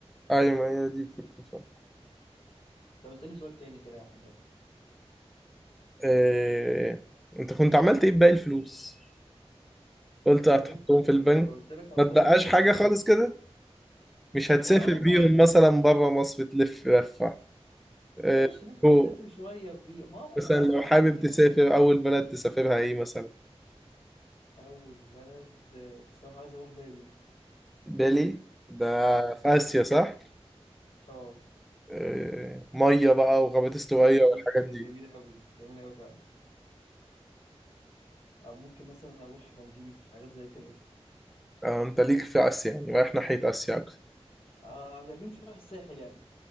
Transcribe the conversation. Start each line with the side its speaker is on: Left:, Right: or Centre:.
Centre: ايوه ما هي دي الفكره فعلا.
Left: طب اسألني سؤال تاني كده يا عم يلا
Centre: إيه... انت كنت عملت ايه بباقي الفلوس؟ قلت هتحطهم
Left: باقي الفلوس
Centre: في البنك
Left: آه، قلت لك حطهم
Centre: ما تبقاش
Left: في البنك
Centre: حاجه خالص كده مش هتسافر
Left: ما اه ما
Centre: بيهم مثلا بره مصر تلف لفة آه،
Left: ماشي ممكن
Centre: هو
Left: أسافر شوية بيه ما آه، ما
Centre: مثلا
Left: أنا
Centre: لو حابب
Left: كده كده
Centre: تسافر أول بلد تسافرها إيه مثلا؟
Left: أول بلد آه، الصراحة عايز أروح بالي
Centre: بالي ده
Left: امم
Centre: في آسيا صح؟
Left: اه
Centre: آه، مية بقى وغابات استوائية
Left: بالي دي
Centre: والحاجات دي
Left: جميلة أوي جميلة أوي فعلا أو ممكن مثلا أروح مالديف حاجات زي كده
Centre: آه، أنت ليك في آسيا يعني رايح ناحية آسيا أكتر
Left: آه أكيد مش هروح الساحل يعني